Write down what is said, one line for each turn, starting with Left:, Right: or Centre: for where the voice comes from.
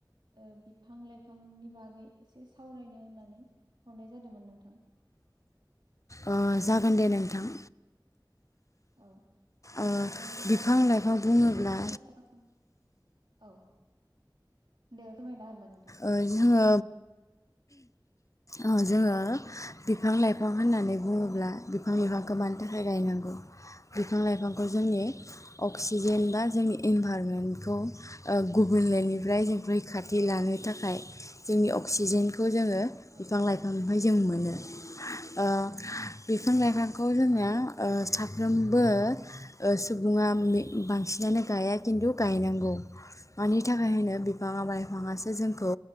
Right: ओ बिफां लाइफांनि बागै एसे सावरायनो होननानै हरनाय जादोंमोन नोंथां।
Left: ओ जागोन दे नोंथां।
Right: औ होमबा
Left: ओ
Right: नोंथाङा
Left: बिफां
Right: एसे
Left: लाइफां बुङोब्ला
Right: बिफां लाइफां। औ दे रोङाबा होनबा नोंथां
Left: औ जोङो ओ जोंङो बिफां लाइफां होननानै बुङोब्ला बिफां लाइफांखौ मानि थाखाय गायनांगौ। बिफां लाइफांखौ
Right: औ
Left: जोंनि अक्सिजेन बा जोंनि इनभारमेन्टखौ। ओ गुबुंलेनिफ्राय रैखाथि लानो। थाखाय जोंनि अक्सिजेनखौ जोङो बिफां
Right: औ
Left: लाइफां निफ्राय जोङो मोनो, ओ बिफां लाइफांखौ जोङो ओ साफ्रोमबो। ओ सुबुङा मि बांसिनानो गाया खिन्थु गायनांगौ मानि थाखाय होनो बिफाङा बायफाङासो जोंखौ